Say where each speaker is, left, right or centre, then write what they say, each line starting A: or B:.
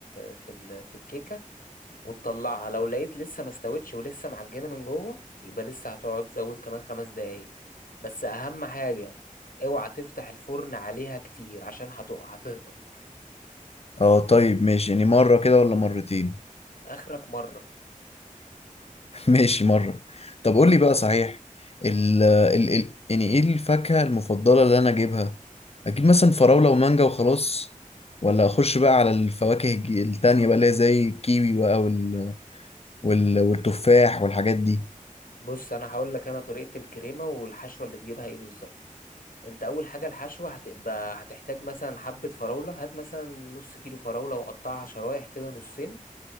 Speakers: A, on the left; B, on the left.
A: في ال في الكيكة وتطلعها لو لقيت لسه ما استوتش ولسه معجنة من جوه يبقى لسه هتقعد تزود كمان خمس دقايق بس أهم حاجة اوعى تفتح الفرن عليها كتير عشان هتقع هتهبط
B: اه طيب ماشي يعني مرة كده ولا مرتين
A: آخرك مرة
B: <laughs> ماشي مرة طب قول لي بقى صحيح ال ال ال يعني ايه الفاكهة المفضلة اللي انا اجيبها اجيب مثلا فراولة ومانجا وخلاص ولا اخش بقى على الفواكه الج- التانية بقى اللي هي زي الكيوي بقى وال وال والتفاح والحاجات دي
A: بص أنا هقول لك أنا طريقة الكريمة والحشوة اللي تجيبها ايه بالظبط انت اول حاجه الحشوه هتبقى هتحتاج مثلا حبه فراوله هات مثلا نص كيلو فراوله وقطعها شرايح كده نصين